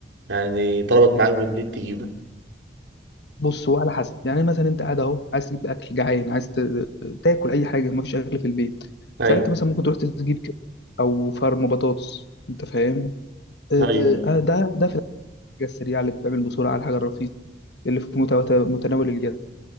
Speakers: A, on the right (about 90°); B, on the left (about 65°).
A: يعني طلبت معاك بالليل تجيبه
B: بص هو على حسب يعني مثلا انت قاعد اهو عايز تجيب اكل جعان عايز ت- تاكل اي حاجه مفيش اكل في البيت
A: ايوه
B: ساعتها مثلا ممكن تروح تجيب كده او فرم بطاطس انت فاهم آه،
A: ايوه
B: آه، آه، ده ده في الحاجه السريعه اللي بتعمل بسرعه على الحاجه الرخيصه اللي في متوات- متناول اليد